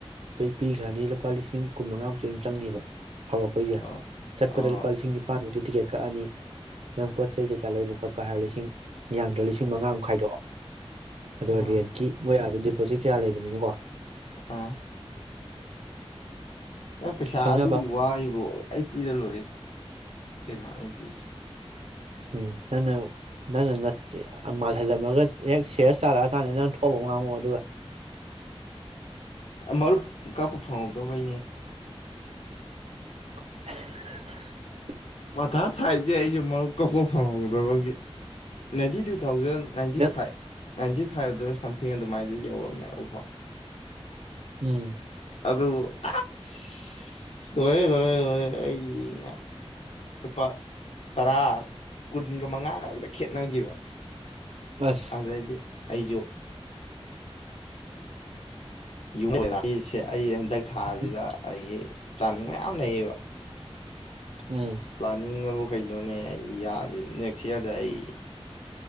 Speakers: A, on the right; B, on the left.
A: ꯇꯩ ꯄꯤꯈ꯭ꯔꯅꯤ ꯂꯨꯄꯥ ꯂꯤꯁꯤꯡ ꯀꯨꯟꯃꯉꯥꯃꯨꯛꯇꯤ ꯑꯗꯨꯝ ꯆꯪꯅꯤꯕ ꯍꯧꯔꯛꯄꯩꯖꯦ
B: ꯑꯥ
A: ꯆꯠꯄꯗ
B: ꯑꯣ
A: ꯂꯨꯄꯥ ꯂꯤꯁꯤꯡ ꯅꯤꯄꯥꯥꯟ ꯗꯤ ꯇꯤꯛꯀꯦꯠ ꯀꯛꯑꯅꯤ ꯅꯪ ꯄꯣꯠ ꯆꯩ ꯀꯩꯀꯥ ꯂꯩꯕ ꯈꯣꯠꯄ ꯍꯥꯏꯔ ꯂꯤꯁꯤꯡ ꯌꯥꯝꯗ꯭ꯔꯕꯗ ꯂꯤꯁꯤꯡ ꯃꯉꯥꯃꯨꯛ ꯈꯥꯏꯗꯣꯛꯑꯣ ꯑꯗꯨꯒ
B: ꯑꯥ
A: ꯔꯦꯟꯀꯤ ꯃꯣꯏ ꯑꯗꯗꯤ ꯄꯣꯠꯆꯩ ꯀꯌꯥ ꯂꯩꯕꯅꯤꯅꯀꯣ
B: ꯑꯥ ꯅꯪ ꯄꯩꯁꯥ
A: ꯈꯪꯅꯕ
B: ꯑꯗꯨꯒꯤ ꯋꯥꯔꯤꯕꯨ ꯑꯩ ꯄꯤꯔꯥ ꯂꯣꯏꯔꯦ ꯀꯩꯅꯣ ꯑꯩ ꯄꯤꯈꯤ
A: ꯎꯝ ꯅꯪꯅ ꯅꯪꯅ ꯅꯠꯆꯦ ꯃꯥꯜꯍꯜꯂꯝꯃꯒ ꯍꯦꯛ ꯁꯦꯔꯤꯌꯁ ꯇꯥꯔꯛꯑꯀꯥꯟꯗ ꯅꯪ ꯊꯣꯛꯄ ꯑꯃꯥ ꯉꯥꯡꯉꯣ ꯑꯗꯨꯒ
B: ꯑ ꯃꯔꯨꯞ ꯀꯛꯄ ꯐꯪꯍꯧꯗꯕꯩꯅꯦ
A: <inaudible>
B: ꯃꯊꯥ ꯁꯥꯏꯁꯦ ꯑꯩꯁꯨ ꯃꯔꯨꯞ ꯀꯛꯄ ꯐꯪꯍꯧꯗꯕꯒꯤ ꯅꯥꯏꯟꯇꯤꯇꯨ ꯊꯥꯎꯖꯟ ꯅꯥꯏꯟꯇꯤ
A: ꯅꯪ
B: ꯐꯥꯏꯞ ꯅꯥꯏꯟꯇꯤ ꯐꯥꯏꯚꯗꯣ <unintelligible> ꯁꯝꯊꯤꯡ ꯑꯗꯨꯃꯥꯏꯅ ꯌꯧꯔꯝꯃꯦꯕꯀꯣ
A: ꯎꯝ
B: ꯑꯗꯨ ꯑꯁ ꯂꯣꯏꯔꯦ ꯂꯣꯏꯔꯦ ꯂꯣꯏꯔꯦ ꯑꯩꯗꯤ ꯉ ꯂꯨꯄꯥ ꯇꯔꯥ ꯀꯨꯟꯒꯃꯉꯥ ꯈꯛꯇ ꯈꯦꯠꯅꯈꯤꯕ
A: ꯑꯁ
B: ꯑꯗꯨꯗꯩꯗꯤ ꯑꯩꯖꯨ <unintelligible> ꯑꯩ ꯍꯟꯗꯛ ꯊꯥꯁꯤꯗ
A: ꯎꯝ
B: ꯑꯩꯒꯤ ꯄ꯭ꯂꯥꯅꯤꯡ ꯃꯌꯥꯝ ꯂꯩꯌꯦꯕ
A: ꯎꯝ
B: ꯄ꯭ꯂꯥꯟꯅꯤꯡꯑꯕꯨ ꯀꯩꯅꯣꯅꯦ ꯑꯩ ꯌꯥꯔ ꯅꯦꯛꯁ ꯏꯌꯥꯔꯗ ꯑꯩ